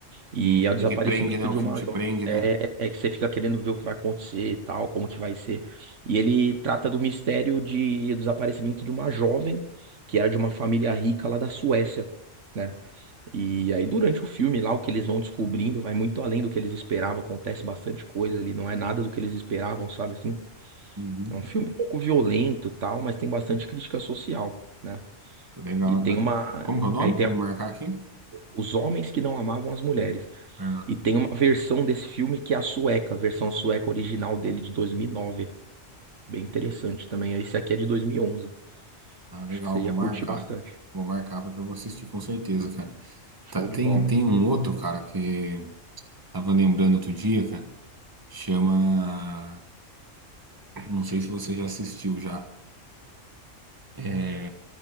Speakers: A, on the right; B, on the right.
A: E
B: Sim,
A: é o desaparecimento
B: é que prende, né? O
A: de
B: filme
A: uma...
B: te prende,
A: É,
B: né?
A: é que você fica querendo ver o que vai acontecer e tal, como que vai ser. E ele trata do mistério de do desaparecimento de uma jovem, que era de uma família rica lá da Suécia né? E aí, durante o filme lá, o que eles vão descobrindo vai muito além do que eles esperavam, acontece bastante coisa ali, não é nada do que eles esperavam, sabe assim?
B: Uhum.
A: É um filme um pouco violento, e tal, mas tem bastante crítica social, né?
B: Legal.
A: E tem
B: Da-
A: uma
B: Como que é o nome
A: aí tem
B: pra
A: a-
B: eu marcar aqui?
A: os homens que não amavam as mulheres.
B: Ah,
A: E tem uma versão desse filme que é a sueca, a versão sueca original dele de 2009, bem interessante também. Esse aqui é de 2011.
B: ah, legal,
A: Acho que você ia
B: vou marcar.
A: curtir bastante.
B: Vou marcar porque eu vou assistir com certeza, cara. Tá,
A: Show
B: tem,
A: de bola.
B: tem um outro, cara, que tava lembrando outro dia, cara. Chama. Não sei se você já assistiu já. É,